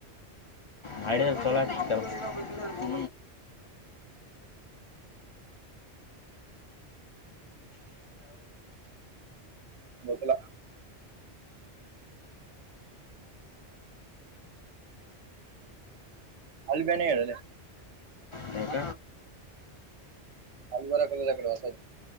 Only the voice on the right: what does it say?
ಬದಲ ಅಲ್ಲಿ ಬನೆ ಹೇಳಲ್ಲ
ಅಲ್ಬರ ಕದಕಡೆ ಹೊಸದು